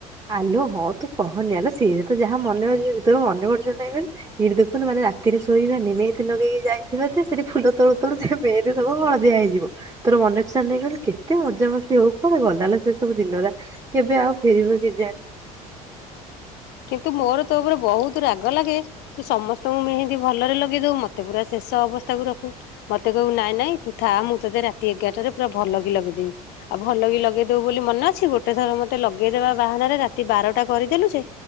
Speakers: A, on the right (about 20°); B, on the left (about 60°).
A: ଆଲୋ ହଁ ତୁ କହନି ଆଲୋ ସିଏ ତ ଯାହା ମନେ ଅଛିି ଯଦି ତୋର ମନେ ପଡୁଛି ନା ନାହିଁ କହିଲୁ। ଏଇଠି ଦେଖନୁ ମାନେ ରାତିରେ ଶୋଇବାନି ମେହେନ୍ଦି ଲଗେଇକି ଯାଇଥିବା ଯେ ସେଠି ଫୁଲ ତୋଳୁ ତୋଳୁ ମେହେନ୍ଦି ସବୁ ହଳଦିଆ ହେଇଯିବ। ତୋର ମନେ ଅଛି ନା ନାହିଁ କହିଲୁ, କେତେ ମଜା ମସ୍ତି ହଉ କୁଆଡେ ଗଲା ଲୋ ସେ ସବୁ ଦିନଗୁରା। କେବେ ଆଉ ଫେରିବ କେଜାଣି।
B: କିନ୍ତୁ ମୋର ତୋ ଉପରେ ବହୁତ ରାଗ ଲାଗେ। ତୁ ସମସ୍ତଙ୍କୁ ମେହେନ୍ଦି ଭଲରେ ଲଗେଇଦେଉ ମତେ ପୁରା ଶେଷ ଅବସ୍ଥାକୁ ରଖୁ। ମତେ କହିବୁ ନାଇଁ ନାଇଁ ତୁ ଥା ମୁଁ ତୋତେ ରାତି ଏଗାରଟାରେ ପୁରା ଭଲ କି ଲଗେଇ ଦେବି। ଆଉ ଭଲ କି ଲଗେଇଦବ ବୋଲି ମନେ ଅଛି ଗୋଟେ ଥର ମତେ ଲଗେଇଦବା ବାହାନାରେ ରାତି ବାରଟା କରିଦେଲୁ ଯେ